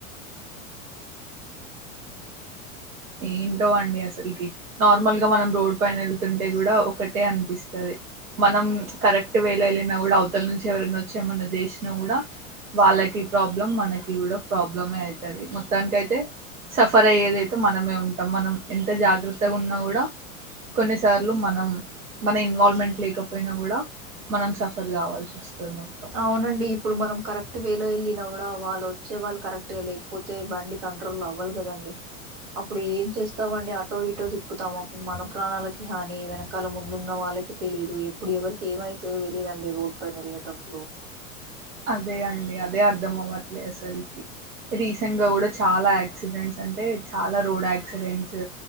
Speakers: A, on the right; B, on the right.
A: ఏంటో అండి అసలకి నార్మల్ గా మనం రోడ్ పైన వెళ్తుంటే కూడా ఒకటే అనిపిస్తది మనం కరెక్ట్ వేల వెళ్ళిన కూడా అవతల నుంచి ఎవరైనా వచి ఏమన్నా చేసిన కూడా వాళ్ళకి ప్రాబ్లం మనకి కూడా ప్రాబ్లమే అయితది మొత్తానికాయితే సఫర్ అయ్యేది మనమే ఉంటాం మనం ఎంత జాగ్రత్తగా ఉన్నా కూడా కొన్నిసార్లు మనం మన ఇన్వాల్వ్మెంట్ లేకపోయినా కూడా మనం సఫర్ కావాల్సి వస్తది మొత్తం
B: అవునండి ఇప్పుడు మనం కరెక్ట్ ట్ వేలో వెళ్ళినా కూడా వాళ్ళు వచ్చే వాళ్ళు కరెక్ట్ గా లేకపోతే బండి కంట్రోల్ అవ్వదు కదండి అప్పుడు ఏం చేస్తామండి అటో ఇటో తిప్పుతాం మన ప్రాణాలకి హాని వెనకాల ముందున్న వాళ్ వాళ్ళకి తెలిదు ఎప్పుడు ఎవరికి ఏమైతదో తెలీదండి రోడ్డు పైన వెళ్ళేటప్పుడు
A: అదే అండి అదే అర్ధం అవ్వట్లేదు అసలకి రీసెంట్ గా కూడా చాలా యాక్సిడెంట్స్ అంటే చాలా రోడ్ యాక్సిడెంట్స్